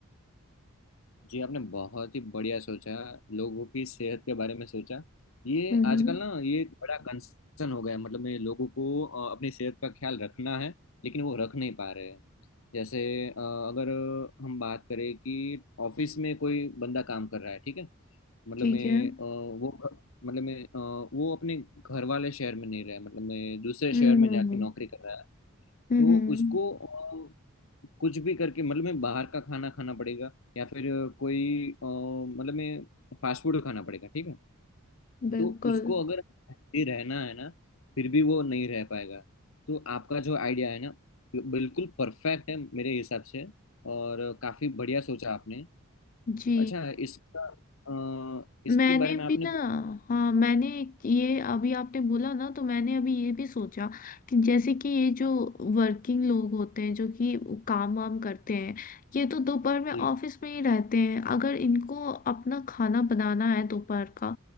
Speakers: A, on the left; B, on the left.
A: जी आपने बहुत ही बढ़िया सोचा लोगों की सेहत के बारे में सोचा ये
B: हम्म
A: आजकल ना ये एक बड़ा कंसर्न हो गया मतलब मैं लोगों को अ, अपनी सेहत का ख्याल रखना है लेकिन वो रख नहीं पा रहे हैं जैसे अ, अगर हम बात करें कि ऑफिस में कोई बंदा काम कर रहा है ठीक है मतलब
B: ठीक
A: मैं
B: है
A: अ, वो मतलब मैं अ, वो अपने घर वाले शहर में नहीं रहा मतलब मैं दूसरे
B: हम्म
A: शहर में जाके नौकरी कर रहा है
B: हम्म
A: तो उसको अ, कुछ भी करके मतलब मैं बाहर का खाना खाना पड़ेगा या फिर अ, कोई अ, मतलब मैं फास्ट फूड खाना पड़ेगा ठीक है
B: बिल्कुल
A: तो उसको अगर हेल्दी रहना है ना फिर भी वो नहीं रह पाएगा तो आपका जो आइडिया है ना बिल्कुल परफेक्ट है मेरे हिसाब से और काफी बढ़िया सोचा आपने
B: जी
A: अच्छा इसका अ, इसके
B: मैंने
A: बारे में आपने
B: भी ना
A: कुछ
B: हाँ मैंने एक ये अभी आपने बोला ना तो मैंने अभी ये भी सोचा कि जैसे कि ये जो वर्किंग लोग होते हैं जो कि काम वाम करते हैं ये तो दोपहर में ऑफिस
A: जी
B: में ही रहते हैं अगर इनको अपना खाना बनाना है दोपहर का